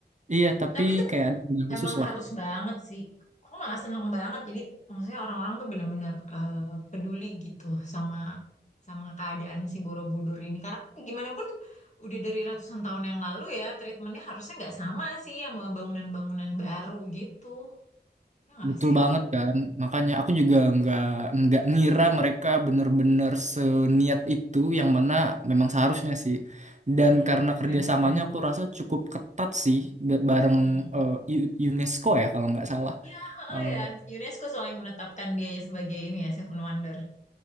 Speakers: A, on the right; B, on the left.
A: Iya, tapi
B: Tapi itu
A: kayak ada sandal khusus
B: Emang
A: lah.
B: harus banget sih. Aku malah seneng banget. Jadi maksudnya orang-orang tuh bener-bener eh, peduli gitu sama sama keadaan si Borobudur ini. Karena gimana pun udah dari ratusan tahun yang lalu ya, treatmentnya harusnya nggak sama sih sama bangunan-bangunan baru gitu. Ya nggak
A: Betul
B: sih?
A: banget kan, makanya aku juga nggak nggak ngira mereka bener-bener seniat itu yang mana memang seharusnya sih. Dan
B: Iya, iya,
A: karena kerjasamanya
B: keren, keren.
A: aku rasa cukup ketat sih ba- bareng
B: Hmm.
A: eh, U- UNESCO ya kalau nggak salah.
B: Ya, oh
A: Eh,
B: ya, UNESCO soalnya yang menetapkan dia sebagai ini ya, Seven Wonder.